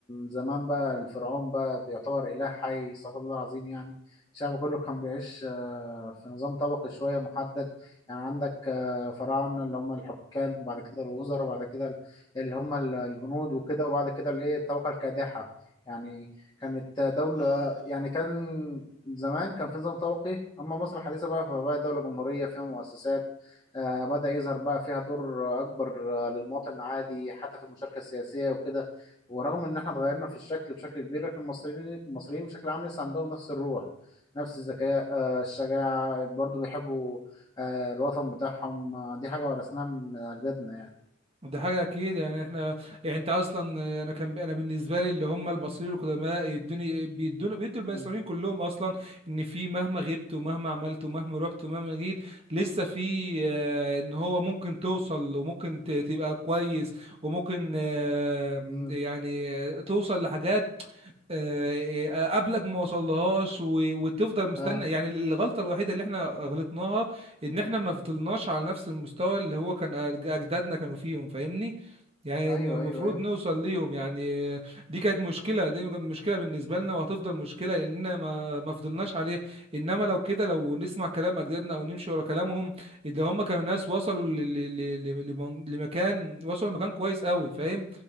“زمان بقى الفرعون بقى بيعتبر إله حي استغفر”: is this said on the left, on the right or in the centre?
Left